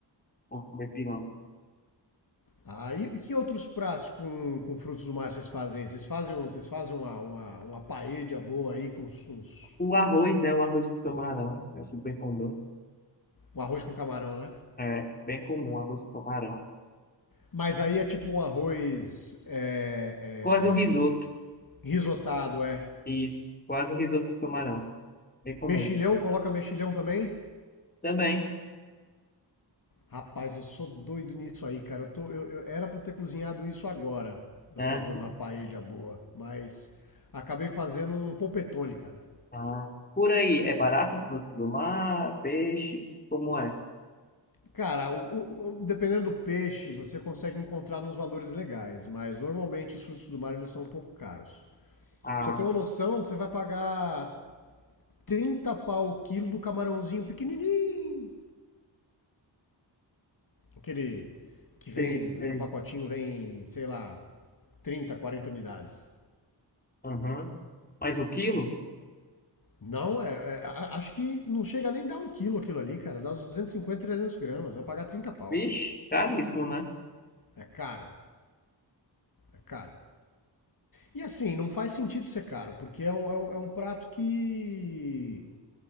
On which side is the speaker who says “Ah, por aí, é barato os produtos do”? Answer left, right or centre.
Left